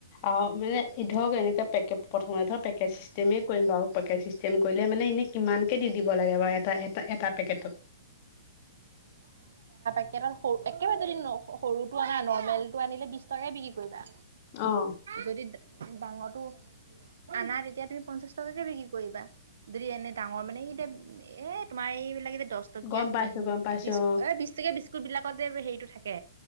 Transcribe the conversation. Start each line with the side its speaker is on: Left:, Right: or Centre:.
Left: অ', মানে ধৰক এনেকৈ পেকেজ প্ৰথমে ধক পেকেজ চিষ্টেমেই কৰিম বাৰু পেকেজ চিষ্টেম কৰিলে মানে এনেই কিমানকে দি দিব লাগে বাৰু এটা এ এটা পেকেটত।
Right: স তাতৰু একেবাৰে যদি সৰুটো আনা নৰ্মেলটো আনিলে বি টকে বিক্ৰী কৰিবা।
Left: অ',
Right: যদি ডাঙৰটো আনাাৰ তেতিয়া তুমি পঞ্চাশ টকাকে বিক্ৰী কৰিবা যদি এনে ডাঙৰ মানে কি এতিয়া এ তোমাৰ এইবিলাক এ যে দহ টকীয়া
Left: গম
Right: কিবা
Left: পাইছোঁ
Right: কিবি
Left: গম পাইছোঁ
Right: বি এ বিশ টকীয়া বিস্কুট বিলাক হেৰিটো থাকে